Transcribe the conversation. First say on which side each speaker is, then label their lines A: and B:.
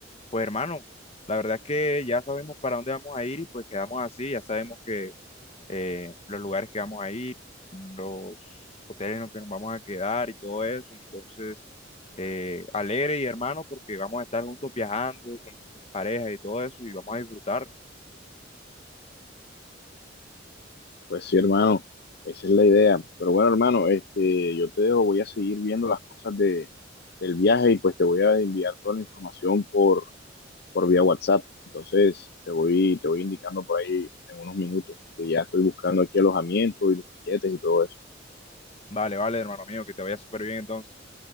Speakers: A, on the left; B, on the left.
A: pues, hermano, la verdad es que ya sabemos para dónde vamos a ir y pues quedamos así. Ya sabemos que eh, los lugares que vamos a ir, los hoteles en los que nos vamos a quedar y todo eso. Entonces, eh, alegre y hermano, porque vamos a estar juntos viajando con nuestras parejas y todo eso y vamos a disfrutar.
B: Pues sí, hermano, esa es la idea. Pero bueno, hermano, este, yo te dejo, voy a seguir viendo las cosas de, del viaje y pues te voy a enviar toda la información por, por vía WhatsApp. Entonces, te voy, te voy indicando por ahí en unos minutos que ya estoy buscando aquí alojamiento y los tiquetes y todo eso.
A: Vale, vale, hermano mío, que te vaya súper bien entonces.